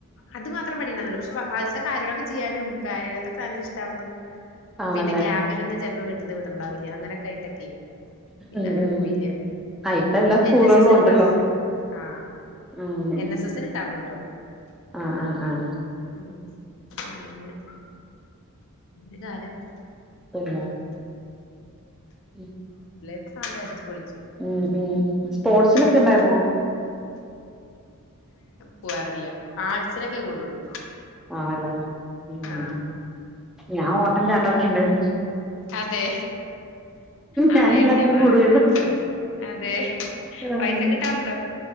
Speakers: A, on the left; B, in the centre.
A: അത് മാത്രം മടിന്നല്ല പക്ഷെ ആൾതെ കരോകെ ചെയ്യാനും കാരിയാത്തൊക്കെ നല്ലിഷ്ടാറ്ന്നു
B: ആണല്ലേ
A: പിന്നെ ക്യാമ്പിനൊന്നും ചെൽപ്പം വീട്ടിന്ന് വിടിണ്ടാവില്ല അങ്ങനൊക്കായിട്ടാക്കയ് പിന്നെങ്ങനെ
B: ഉം ഉം
A: പോയില്ല
B: ആഹ് ഇപ്പ എല്ലാ സ്കൂളുകളിലും
A: എൻ എസ് എൻ എസിന്
B: ഉണ്ടല്ലോ
A: ണ്ടാർന്നു ആ
B: ഉം
A: എൻ എസ് എസിന് ണ്ടാർന്നുട്ടോ
B: ആഹ് ആഹ് ആഹ്
A: ഉം അങ്ങനെ ഇതാരാ
B: ഉം <unintelligible>
A: നല്ലാര്യം പൊളി
B: ഉം ഉം സ്പോർട്സിനെക്കെ
A: ഏഹ്
B: ഇണ്ടായിരുന്നോ
A: കൂടാറില്ല ആർട്സിനോക്കെ കൂടൊള്ളൂ
B: ആണല്ലേ ഉം
A: ആ
B: ഞാൻ ഓട്ടം ചാട്ടമൊക്കെ ഉണ്ടായിരുന്നു
A: അതെ അവിടെ
B: ഞാൻ എല്ലാത്തിനും
A: ഇരിത്ത്യേപ്പോൾ
B: കൂടുവായിരുന്നു
A: എന്താ അതെ
B: ആഹ്
A: പ്രൈസ് ഒക്കെ കിട്ടാറുണ്ടോ